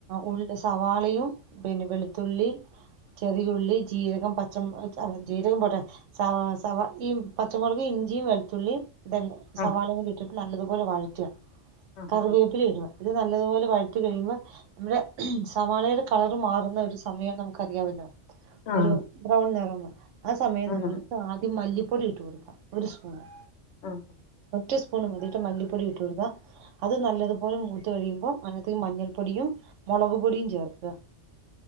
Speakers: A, on the right; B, on the left.
A: ഉള് സവാളയും- പിന്നെ വെളുത്തുള്ളി- ചെറിയുള്ളി- ജീരകം- പച്ചമ <unintelligible> ജീരകം പോട്ടെ <unintelligible> ഈ പച്ചമുളക് ഇഞ്ചിയും വെളുത്തുള്ളിയും ഇതന്നെ സവാളങ്ങ
B: ആഹ്
A: ഇട്ടിട്ട് നല്ലതുപോലെ വഴറ്റുക
B: ആഹ്
A: കറിവേപ്പില ഇടുക നല്ലതുപോലെ വഴറ്റി കഴിയുമ്പോ- നമ്മുടെ സവാളയുടെ കളർ മാറുന്ന ഒരു സമയം നമുക്ക്റിയാമല്ലോ
B: ആഹ്
A: ഒരു
B: ആഹ്
A: ബ്രൗൺ നിറം- ആ സമയം
B: അങ്ങനെ
A: നമ്മൾക്ക് ആദ്യം മല്ലിപ്പൊടി ഇട്ടു കൊടുക്കാം ഒരു സ്പൂണ്-
B: ഉം
A: ഒറ്റ സ്പൂൺ മതി- മല്ലിപ്പൊടി ഇട്ട കൊടുക്ക- അത് നല്ലതുപോലെ മൂത്ത് കഴുമ്പോ- അങ്ങത്ത മഞ്ഞൾ പൊടിയും- മുളക് പൊടിയും ഇഞ്ചിയും